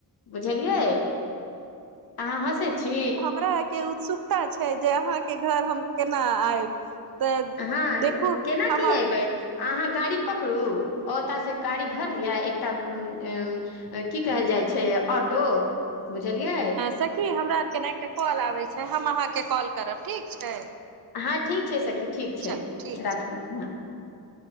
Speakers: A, on the left; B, on the right.
A: बुझलियै अहाँ हसै छी
B: रा के उतसुक पता छै जे अहाँके घर हम केना आयब तऽ
A: हँ
B: देखू
A: केना
B: हम
A: की एबै अहाँ गाड़ी पकड़ू ओतय से गाड़ी धरलियै एकटा की कहल जाइ छै ऑटो बुझलियाय
B: सखी हमरा आरके ने एकटा कॉल आबै छै हम अहाँके कॉल करब ठीक छै
A: हँ ठीक छै सखी ठीक छै
B: चलू ठीक
A: राखू
B: छै
A: हँ